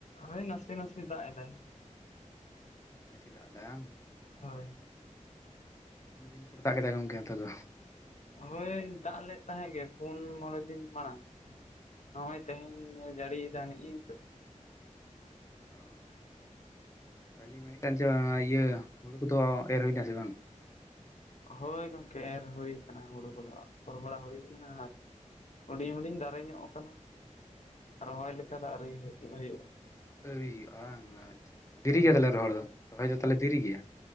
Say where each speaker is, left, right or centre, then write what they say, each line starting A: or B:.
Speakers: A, on the left (about 65°); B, on the left (about 25°).
A: ᱦᱮ ᱱᱟᱥᱮ ᱱᱟᱥᱮ ᱫᱟᱜ ᱮᱫᱟᱭ᱾
B: ᱱᱟᱥᱮ ᱱᱟᱥᱮ ᱫᱟᱜ ᱦᱟᱝ
A: ᱦᱳᱭ
B: ᱢᱤᱫᱤᱱᱯᱩᱨ ᱫᱟᱜ ᱠᱮᱫᱟᱭ ᱜᱚᱢᱠᱮ ᱚᱱᱛᱮ ᱫᱚ
A: ᱦᱳᱭ ᱫᱟᱜ ᱞᱮᱫ ᱛᱟᱦᱮᱸᱜ ᱜᱮ ᱯᱳᱱ ᱢᱚᱬᱮ ᱫᱤᱱ ᱢᱟᱲᱟᱝ᱾
B: ᱚ
A: ᱱᱚᱜᱼᱚᱭ ᱛᱮᱦᱮᱧ
B: ᱟᱪᱪᱷᱟ,
A: ᱡᱟᱹᱲᱤᱭᱮᱫᱟ ᱱᱤᱜ ᱛᱚᱜ <inaudible>
B: ᱚ ᱟᱹᱞᱤᱧ ᱢᱮᱫ ᱴᱟᱝ ᱪᱚ ᱤᱭᱟᱹ ᱦᱩᱲᱩ ᱠᱚᱫᱚ ᱮᱨ ᱦᱩᱭᱱᱟ ᱥᱮ ᱵᱟᱝ?
A: ᱦᱳᱭ ᱜᱚᱢᱠᱮ ᱮᱨ ᱦᱩᱭᱩ ᱠᱟᱱᱟ ᱦᱩᱲᱩ ᱠᱚᱫᱚ ᱟᱯᱚᱨ ᱵᱟᱲᱟ ᱦᱩᱭ ᱠᱟᱱᱟ ᱟᱨ ᱦᱩᱰᱤᱧ ᱦᱩᱰᱤᱧ ᱫᱟᱨᱮ ᱧᱚᱜ ᱠᱟᱱᱟ
B: ᱚ
A: ᱨᱚᱦᱚᱭ
B: ᱛᱟᱦᱚᱞᱮ
A: ᱞᱮᱠᱟ ᱫᱟ-ᱨᱮ ᱦᱩᱭᱩᱜᱼᱟ᱾
B: ᱟᱹᱣᱨᱤ ᱦᱩᱭᱩᱜᱼᱟ ᱟᱪᱪᱷᱟ ᱫᱮᱨᱤ ᱜᱮᱭᱟ
A: ᱦᱳᱭ
B: ᱛᱟᱦᱞᱮ ᱨᱚᱦᱚᱲ ᱫᱚ ᱨᱚᱦᱚᱭ ᱫᱚ ᱛᱟᱦᱞᱮ ᱫᱮᱨᱤ ᱜᱮᱭᱟ᱾